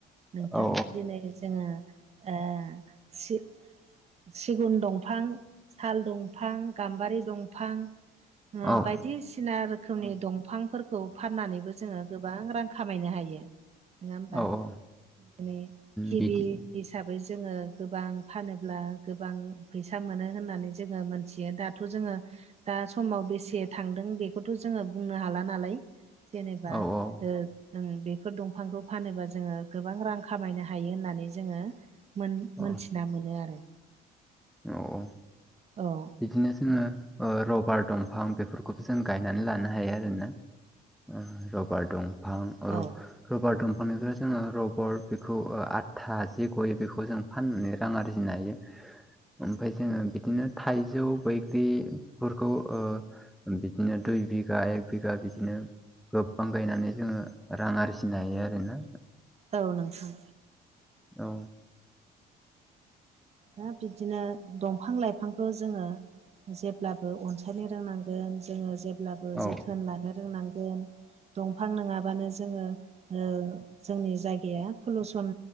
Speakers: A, on the right; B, in the centre.
A: नोंथां
B: औ
A: दिनै जोङो ओ सो सिगुन दंफां, साल दंफां, गाम्बारि दंफां
B: औ
A: बायदिसिना रो खोमनि दंफांफोरखौ फाननानैबो जोङो गोबां रां खामायनो हायो। नङा होमबा?
B: औ औ
A: दिनै किबि
B: बिदि
A: हिसाबै जोङो गोबां फानोब्ला गोबां फैसा मोनो होननानै जोङो मोन थियो। दाथ' जोङो दा समाव बेसे थांदों बे खौ जोङो बुंनो हाला नालाय जेनेबा
B: औ औ
A: ओ ओं बेफोर दंफांखौ फानोबा जोङो गोबां रां खामायनो हायो होननानै जोङो जों मोनथिना
B: औ
A: मोनो आरो।
B: <unintelligible>
A: औ
B: बिदिनो जोङो ओ रबार दंफां बेफोरखौबो जों गायनानै लानो हायो आरोना ओ रबार दंफां
A: औ।
B: रबार दंफांनिफ्राय जोङो रबार बेखौ ओआथा जि गयो बेखौ जों फाननानै रां आरजिनो हायो। ओमफाय जोङो बिदिनो थाइजौ बैग्रि फोरखौ ओ बिदिनो दुइ बिघा एक बिघा बिदिनो गोबबां गायनानै जोङो रां आरजिनो हायो आरोना।
A: औ नोंथां।
B: औ।
A: दा बिदिनो दंफां लाइफांखौ जोङो जेब्लाबो अनसायनो रोंनांगोन जोङो जेब्लाबो
B: औ
A: जोथोन लानो रोंनांगोन। दंफां नोङाबानो जोङो ओ जोंनि जायगाया पलुसन